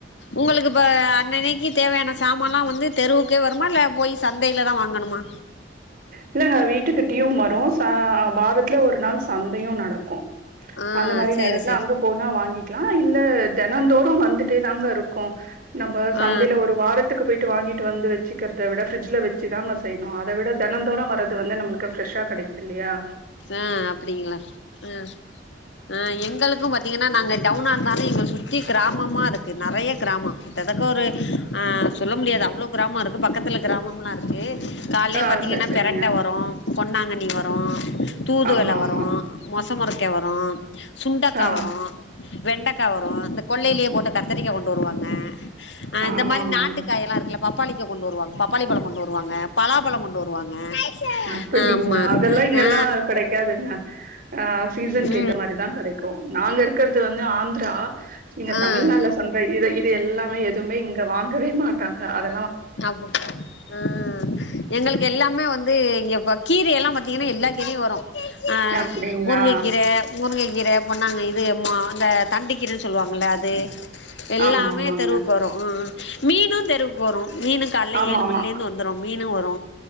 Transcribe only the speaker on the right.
இல்லங்க வீட்டுக்கிட்டயு வார் ரு வாரத்துல ஒரு நாள் சந்தையு நடக்கு
அந்த மாரி
நேரத்துல
அங்க போனா வாங்கிக்கலா இல்ல தெனந்தோறு வந்துட்டே தாங்க இருக்கு க்கு நம்ம
சந்தையில ஒரு வாரத்துக்கு போயிட்டு வாங்கிட்டு வந்து வெச்சுக்கற அத விட ஃபிரிஜ்ஜுல வெச்சுதாங்க செய்னு அத விட தன் தெனதோரு வரது வந்து நம்மளுக்கு ஃப்ரெஷ்ஷ கெடைக்தில்லையா
ஆ
சரி சரிங்க
ஆமா ஆமா
ஆ
ஆமா
ஆமாங்க
அப்படிங்களா
அதெல்லா இங்கெல்லாம்
கெடைக்க காதுங்க சீசன் ஆ
ஏத்த மாரிதா கெடைக்கு நாங்க இருக்கிறது ந்து ஆந்த ட இங்க
தமிழ்நாடுல சந்த இத இ எல்லாமே எதுவுமே இங்க வாங்கவே மாட் ட்டாங்க அத
அப்டிங்களா
ஆமா ஆமாங்க
ஆமா
ஆமா